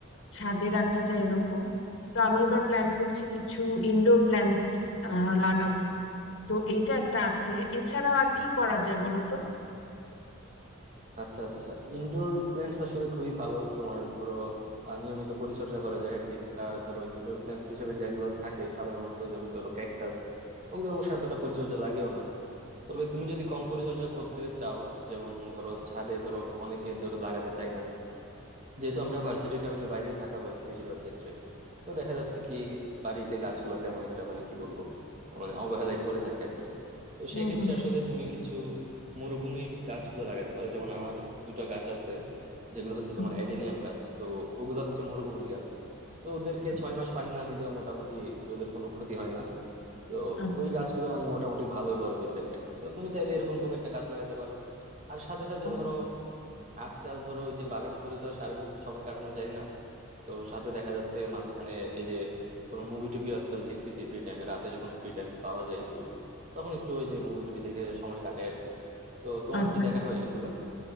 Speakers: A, on the left (about 55°); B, on the right (about 35°).
A: ছাদে রাখা যায় এরকম তো আমি এবার প্ল্যান করছি কিছু ইনডোর প্ল্যান্টস লাগাবো তো এইটা একটা আছে এছাড়াও আর কি করা যায় বলো তো
B: আচ্ছা আচ্ছা ইনডোর প্ল্যান্টস আসলে খুবই ভালো তোমার ধরো আহ, নিয়মিত পরিচর্যা করা যায় লিস্ট আর ধরো ইনডোর প্ল্যান্টস হিসেবে যেগুলো থাকে সাধারণত যেমন ধরো ক্যাকটাস ওগুলো অবশ্য এতটা পরিচর্যা লাগেও না তবে তুমি যদি কম পরিচর্যা করতে চাও যেমন ধরো ছাদে ধরো অনেকে ধরো লাগাতে চায় না যেহেতু আমরা ভার্সিটির কারণে বাইরেই থাকা হয় বেশিরভাগ ক্ষেত্রে তো দেখা যাচ্ছে কি বাড়িতে গাছগুলো তেমন একটা মানে কি বলবো মানে অবহেলায় পড়ে থাকে আর কি তো
A: হুম
B: সেই ক্ষেত্রে
A: হুম
B: আসলে তুমি কিছু মরুভূমির গাছগুলো লাগাতে পারো যেমন আমার দুটো গাছ আছে যেগুলো হচ্ছে
A: আচ্ছা
B: তোমার অ্যাডেনিয়াম গাছ তো ওগুলা হচ্ছে মরুভূমির গাছ তো ওদেরকে
A: আচ্ছা
B: ছয় মাস পানি না দিলেও মোটামুটি ওদের কোনো ক্ষতি হয় না তো
A: আচ্ছা
B: ওই গাছগুলো মানে মোটামুটি ভালোই বড় হয়েছে আর কি তো তুমি চাইলে এরকম কোন একটা গাছ লাগাতে পারো আর সাথে সাথে
A: ও,
B: ধরো আজকাল ধরো ওই যে বাগান করে তো আর সারাদিন সময় কাটানো যায় না তো সাথে দেখা যাচ্ছে মাঝখানে এই যে তোমার মুভি টুবি আজকাল দেখতেছি ফ্রি টাইমে রাতে যখন ফ্রি টাইম পাওয়া যায় একটু তখন একটু ওই যে মুভি টুবি দেখে সময় কাটায় আর কি তো তোমার
A: আচ্ছা
B: কি
A: আচ্ছা।
B: দেখা হয় এগুলো